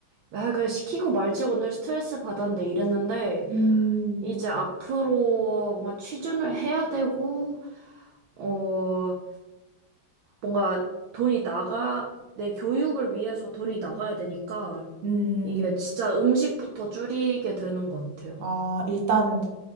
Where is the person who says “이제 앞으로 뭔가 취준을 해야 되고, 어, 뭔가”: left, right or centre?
Right